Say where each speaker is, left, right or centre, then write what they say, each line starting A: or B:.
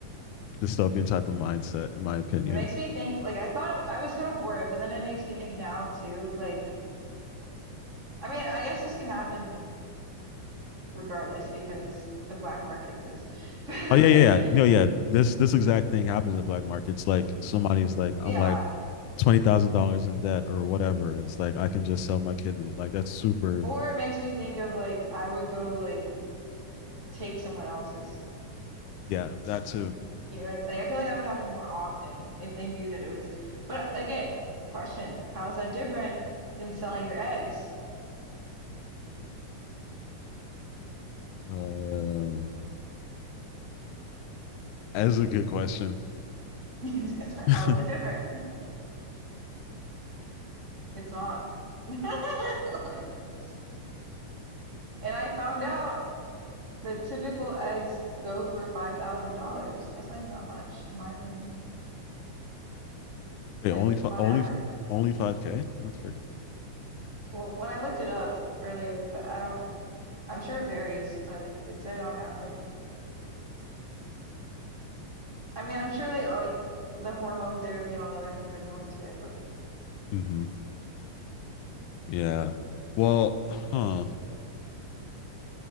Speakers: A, on the left; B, on the right.
A: dystopian type of mindset in my opinion
B: It makes me think like I thought it- I was kind of for it, but then it makes me think now too, like I mean, I guess this could happen regardless because the black market exists. <laughs> But like
A: Oh yeah, yeah, yeah. no, yeah. This this exact thing happens in the black markets. Like somebody is like,
B: yeah,
A: I'm like, twenty thousand dollars in debt or whatever. It's like I can just sell my kidney. Like that's super.
B: Or it makes me think of like I would go like take someone else's.
A: Yeah, that too.
B: You know, what I mean? like I feel like that would happen more often if they knew that it was. But I- again, question, how is that different than selling your eggs?
A: Um, that's a good question.
B: <laughs> How
A: <laughs>
B: is
A: Wait,
B: that different? It's not. <laughs> Like, it's- And I found out that typical eggs go for $5,000. That's not even that much, in my opinion,
A: only
B: like
A: fi-
B: on
A: only
B: average.
A: only five k? That's crazy.
B: Well, when I looked it up earlier, but I don't I'm sure it varies, but it said on out like I mean, I'm sure they like the hormone therapy and all the other things that go into it, but
A: Mm-hmm. Yeah. Well, huh.